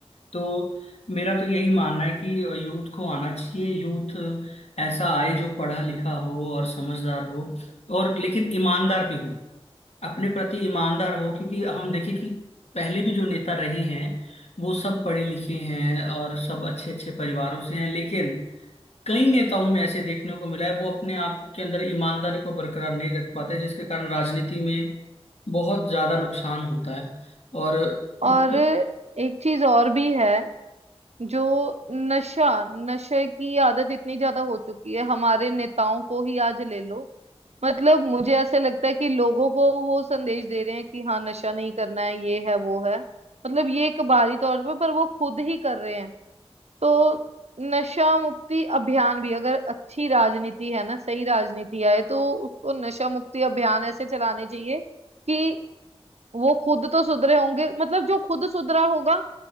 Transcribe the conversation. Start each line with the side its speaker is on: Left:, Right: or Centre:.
Left: तो मेरा तो यही मानना है कि यूथ को आना चाहिए यूथ ऐसा आए जो पढ़ा लिखा हो और समझदार हो और लेकिन ईमानदार भी हो अपने प्रति ईमानदार हो क्योंकि हम देखें कि पहले भी जो नेता रहे हैं वो सब पढ़े लिखे हैं और सब अच्छे अच्छे परिवारों से हैं लेकिन कई नेताओं में ऐसे देखने को मिला है वो अपने आप के अंदर ईमानदारी को बरकरार नहीं रख पाते जिसके कारण राजनीति में बहुत ज्यादा नुकसान होता है और हम्म,
Right: और एक चीज और भी है जो नशा नशे की आदत इतनी ज्यादा हो चुकी है हमारे नेताओं को ही आज ले लो मतलब मुझे ऐसे लगता है कि लोगों को वो संदेश दे रहे हैं कि हाँ नशा नहीं करना है ये है वो है मतलब ये एक बाहरी तौर पे पर वो खुद ही कर रहे हैं तो नशा मुक्ति अभियान भी अगर अच्छी राजनीति है ना सही राजनीति आए तो उसको नशा मुक्ति अभियान ऐसे चलाने चाहिए कि वो खुद तो सुधरे होंगे मतलब जो खुद सुधरा होगा